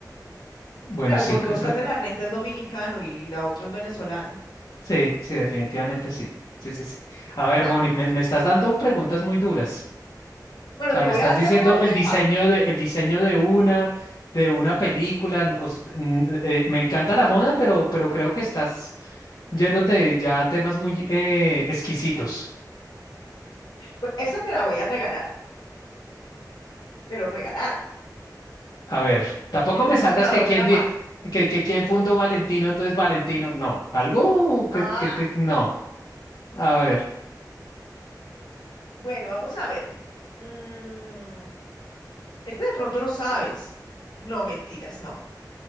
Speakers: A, on the left; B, on the left.
A: Bueno,
B: Claro,
A: sí,
B: porque
A: esa,
B: Oscar de la Renta es dominicano y, y la otra es venezolana.
A: sí, sí, definitivamente sí. Sí, sí, sí. A
B: <laughs>
A: ver, Moni, me, me estás dando preguntas muy duras.
B: Bueno,
A: O sea,
B: te
A: me
B: voy
A: estás
B: a
A: diciendo
B: hacer una bien
A: el diseño
B: fácil.
A: de, el diseño de una, de una película. n- o s- n- eh, eh, me encanta la
B: <laughs>
A: moda, pero, pero creo que estás yéndote ya a temas muy eh, exquisitos.
B: Bueno, esa te la voy a regalar, pero regalar.
A: A ver, tampoco
B: ¿Quién es
A: me
B: el
A: salgas
B: fundador
A: que quién
B: de la
A: di-
B: marca?
A: que, que quién fundó Valentino, entonces Valentino. No, algo que,
B: Ah,
A: que te, no. A ver,
B: bueno, vamos a ver. Mm, este de pronto lo sabes. No, mentiras, no.